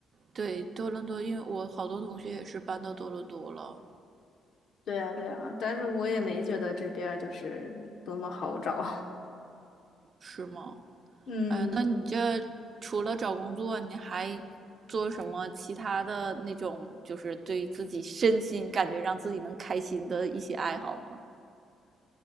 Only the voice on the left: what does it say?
对呀对呀，但是我也没觉得这边儿就是多么好找。
<laughs> 嗯，